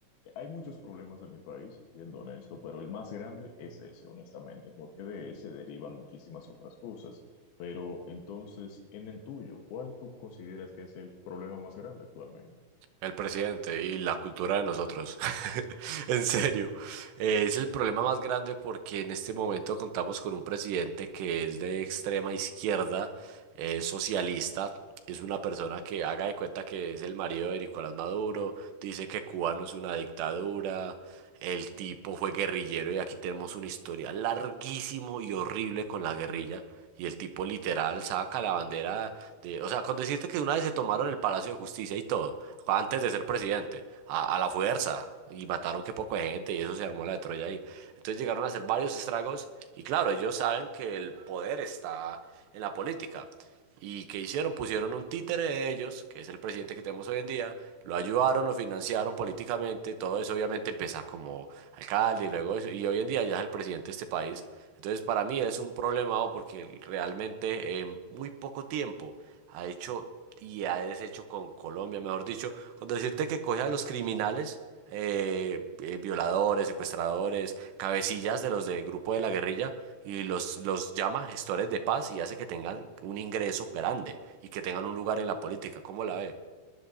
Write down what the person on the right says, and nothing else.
El presidente y la cultura de nosotros. <laughs> En serio, eh, es el problema más grande porque en este momento contamos con un presidente que es de extrema izquierda, eh, socialista. Es una persona que haga de cuenta que es el marido de Nicolás Maduro, dice que Cuba no es una dictadura, el tipo fue guerrillero y aquí tenemos un historial larguísimo y horrible con la guerrilla. Y el tipo literal saca la bandera de, o sea, con decirte que una vez se tomaron el Palacio de Justicia y todo, antes de ser presidente, a, a la fuerza, y mataron que poco de gente, y eso se armó la de Troya ahí. Entonces llegaron a hacer varios estragos, y claro, ellos saben que el poder está en la política. ¿Y qué hicieron? Pusieron un títere de ellos, que es el presidente que tenemos hoy en día, lo ayudaron, lo financiaron políticamente, todo eso obviamente empieza como alcalde y luego eso, y hoy en día ya es el presidente de este país. Entonces para mí él es un problemado porque él realmente en muy poco tiempo ha hecho y ha deshecho con Colombia, mejor dicho, con decirte que coge a los criminales. eh, eh, violadores, secuestradores, cabecillas de los del grupo de la guerrilla y los, los llama gestores de paz y hace que tengan un ingreso grande y que tengan un lugar en la política. ¿Cómo la ve?